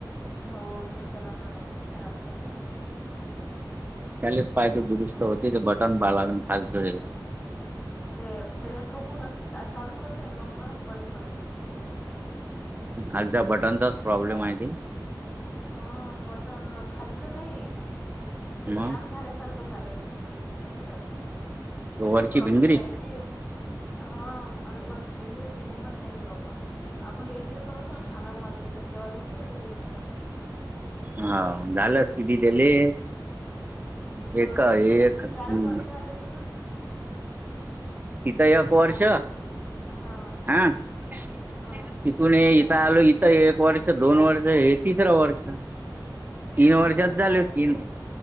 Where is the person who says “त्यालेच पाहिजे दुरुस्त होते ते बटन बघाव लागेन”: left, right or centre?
Right